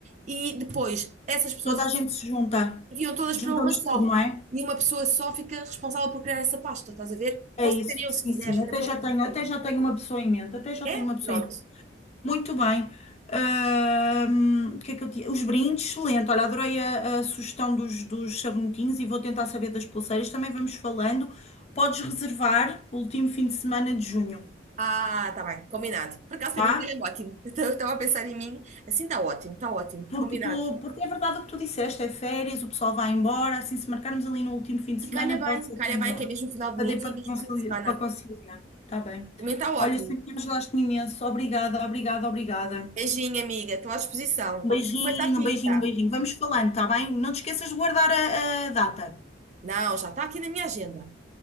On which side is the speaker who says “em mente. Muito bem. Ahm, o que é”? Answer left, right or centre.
Left